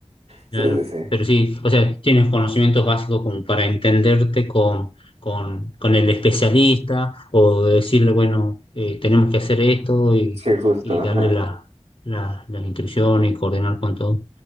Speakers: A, on the right; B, on the left.
A: Sí,
B: Claro,
A: sí, sí,
B: pero sí, o sea, tienes conocimientos básicos como para entenderte con, con, con el especialista o decirle, bueno, eh, tenemos que hacer esto y,
A: sí, justo,
B: y
A: ajá.
B: darle la, la- las instrucciones y coordinar con todo.